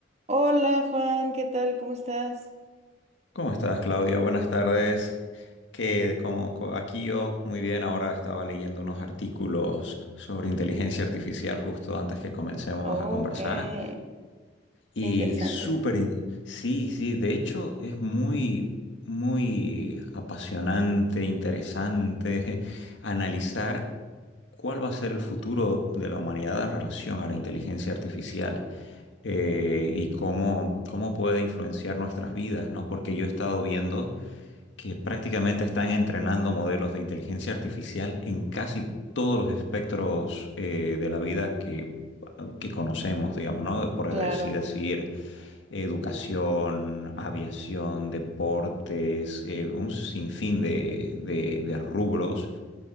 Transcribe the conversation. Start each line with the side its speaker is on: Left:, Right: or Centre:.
Right: Hola Juan, ¿qué tal? ¿Cómo estás?
Left: ¿Cómo estás, Claudia? Buenas tardes. Que como co- aquí yo muy bien, ahora estaba leyendo unos artículos sobre inteligencia artificial justo antes que comencemos
Right: Oh,
Left: a conversar
Right: qué,
Left: y
Right: qué interesante.
Left: súper, in- sí, sí, de hecho es muy, muy apasionante, interesante <laughs> analizar cuál va a ser el futuro de la humanidad en relación a la inteligencia artificial eh, y cómo, cómo puede influenciar nuestras vidas, ¿no? Porque yo he estado viendo que prácticamente están entrenando modelos de inteligencia artificial en casi todos los espectros eh, de la vida que, que conocemos, digamos, ¿no? Por así
Right: Claro.
Left: decir educación, aviación, deportes, eh, un sinfín de, de- de rubros